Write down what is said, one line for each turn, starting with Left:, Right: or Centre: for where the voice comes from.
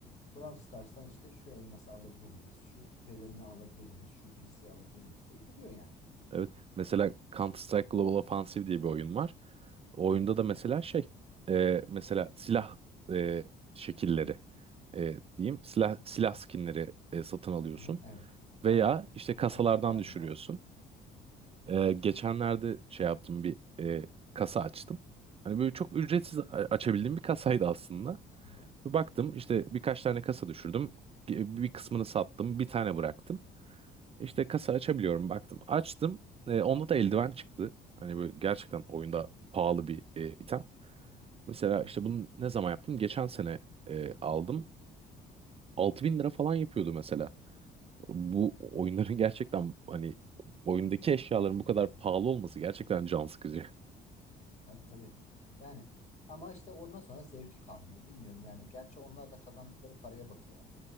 Left: Brawl Stars'tan işte şu elması alabilir miyiz? Şu pelerini alabilir miyiz? Şu giysiyi alabilir miyiz diye geliyor yani.
Right: Evet. Mesela Counter Strike Global Offensive diye bir oyun var. O oyunda
Left: Hı hı.
Right: da mesela şey e, mesela silah e, şekilleri
Left: Evet.
Right: e,
Left: Hı hı.
Right: diyeyim silah silah skinleri e, satın alıyorsun
Left: Hı hı. Evet. Aynen.
Right: veya işte
Left: Valorant'ta
Right: kasalardan
Left: da aynı
Right: düşürüyorsun.
Left: muhabbet. Hı
Right: E,
Left: hı.
Right: geçenlerde şey yaptım bir e, kasa açtım. Hani böyle çok ücretsiz a- açabildiğim bir kasaydı aslında.
Left: Hı hı.
Right: Bir Baktım işte birkaç tane kasa düşürdüm. Ge- Bir kısmını sattım, bir tane bıraktım. İşte kasa açabiliyorum baktım. Açtım. E, onda da eldiven çıktı. Hani böyle gerçekten oyunda
Left: Hı hı.
Right: pahalı bir e, item. Mesela
Left: Hı hı.
Right: işte bunu ne zaman yaptım? Geçen sene e, aldım. altı bin lira falan yapıyordu mesela. Bu oyunların
Left: Oo,
Right: <laughs> gerçekten hani oyundaki
Left: müthiş
Right: eşyaların
Left: para kazanıyorlar.
Right: bu kadar pahalı olması gerçekten can sıkıcı. <laughs>
Left: Tabii tabii. Yani ama işte ondan sonra zevki kalmıyor. Bilmiyorum yani. Gerçi onlar da kazandıkları paraya bakıyorlar.